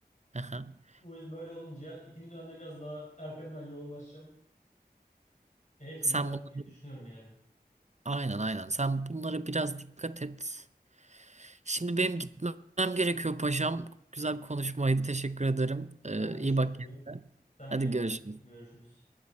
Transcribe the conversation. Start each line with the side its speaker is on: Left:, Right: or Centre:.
Right: Yani. <laughs>
Left: Bu yüzden böyle olunca ikinci dönemde biraz daha erkenden yoğunlaşacağım. E, hepsini
Right: Sen
Left: vermeyi
Right: bunları
Left: düşünüyorum yani.
Right: aynen aynen. Sen bunlara biraz dikkat et. Şimdi benim gitmem gerekiyor paşam. Güzel bir konuşmaydı. Teşekkür ederim. Ee,
Left: Ben teşekkür
Right: iyi bak
Left: ederim.
Right: kendine.
Left: Sen
Right: Hadi
Left: de iyi bak.
Right: görüşürüz.
Left: Görüşürüz.